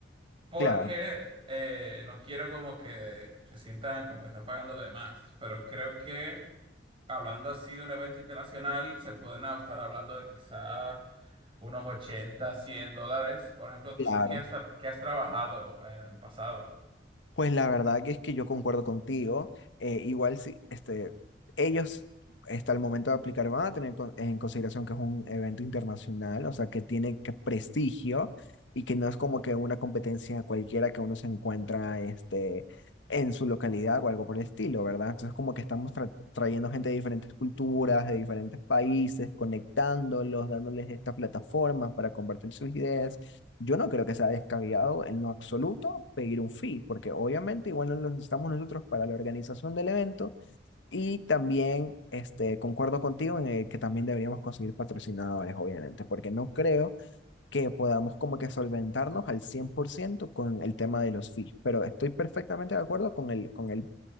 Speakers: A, on the right; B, on the left.
A: porque
B: claro,
A: eh, no quiero como que se sientan como que están pagando de más, pero creo que hablando así de un evento internacional, se pueden a- estar hablando de quizá unos 80, 100 dólares. Por ejemplo,
B: claro.
A: tú, ¿qué has, tra- qué has trabajado en el pasado?
B: Pues la verdad que es que yo concuerdo contigo. Eh, igual si este, ellos hasta el momento de aplicar van a tener con- en consideración que es un evento internacional, o sea, que tiene que prestigio y que no es como que una competencia cualquiera que uno se encuentra este, en su localidad o algo por el estilo, ¿verdad? Entonces como que estamos tra- trayendo gente de diferentes culturas, de diferentes países, conectándolos, dándoles estas plataformas para compartir sus ideas. Yo no creo que sea descabellado en lo absoluto pedir un fee, porque obviamente igual no lo necesitamos nosotros para la organización del evento y también este, concuerdo contigo en el que también deberíamos conseguir patrocinadores, obviamente, porque no creo que podamos como que solventarnos al 100% con el tema de los fees, pero estoy perfectamente de acuerdo con el, con el,